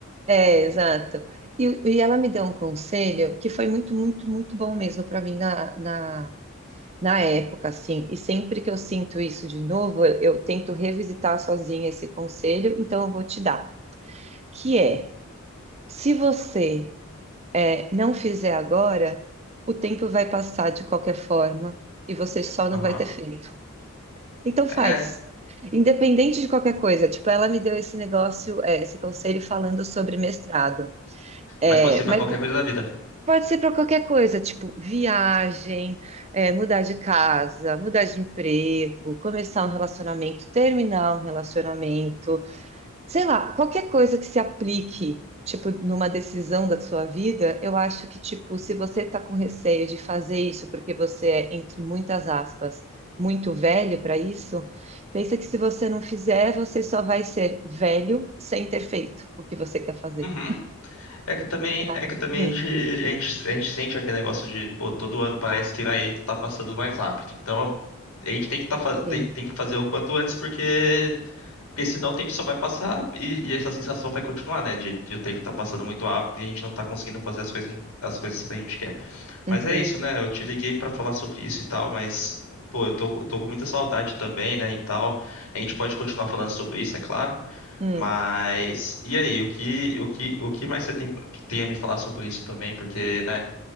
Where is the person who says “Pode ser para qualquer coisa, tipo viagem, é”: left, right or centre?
Right